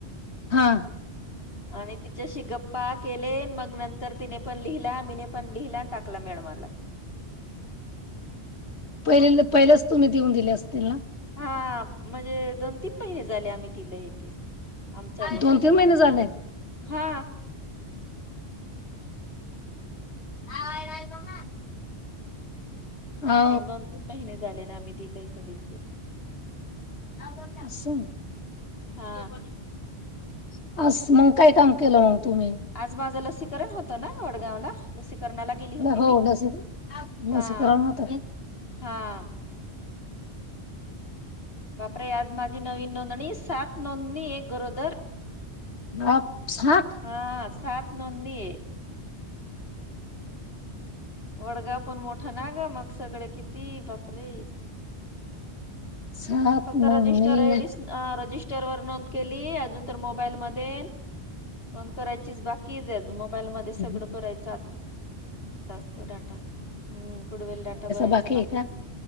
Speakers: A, on the left (about 80°); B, on the left (about 60°).
A: हा.
B: आणि तिच्याशी गप्पा केले, मग नंतर तिने पण लिहिला मीने पण लिहिला टाक कला मॅडमला
A: पहिले, पहिल्याच तुम्ही देऊन दिले असतील ना?
B: हा, म्हणजे दोन-तीन महिने झाले आम्ही दिलंय ते. आमचा अनुभव
A: दोन तीन
B: हा,
A: महिने झाले
B: हा
A: <unintelligible> हो
B: हा दोन तीन महिने झाले ना आम्ही दिलंय <unintelligible>
A: <unintelligible>
B: हा
A: अस्स, मग काय काम केलं मग तुम्ही?
B: आज माझं लसीकरण होतं ना वडगाव ला. लसीकरणाला गेली होती
A: हो
B: मी.
A: लसी
B: हा
A: लसीकरण होत
B: हा. बापरे, आज माझी नवीन नोंदणी, सात नोंदणी एक गरोदर
A: भाप सात
B: हा सात नोंदनी ए. वडगाव पण मोठं ना ग, मग सगळं किती बापरे!
A: सात
B: फक्त
A: नोंदणी
B: रजिस्टर एवढीच, रजिस्टर वर नोंद केली, अजून तर मोबाईल मध्ये नोंद करायचीच बाकी, मोबाईल मध्ये
A: हम्म.
B: सगळं भरायचं आता तो डाटा, हुम्म कुडवेल डाटा भरायचा
A: बाकी आहे
B: बाकीचे
A: का?